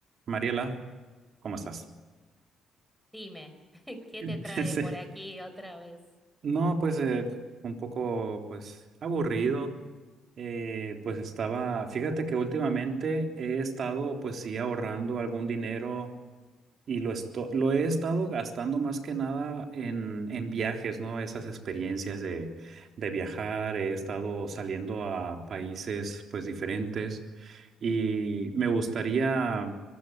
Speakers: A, on the right; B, in the centre.
A: Mariela, ¿cómo estás?
B: Dime, <laughs> ¿qué
A: <laughs>
B: te trae
A: Sí.
B: por aquí otra vez?
A: No, pues eh, un poco pues aburrido. Eh, pues estaba, fíjate que últimamente he estado pues sí ahorrando algún dinero y lo, esto- lo he estado gastando más que nada en, en viajes, ¿no? Esas experiencias de, de viajar, he estado saliendo a países pues diferentes y me gustaría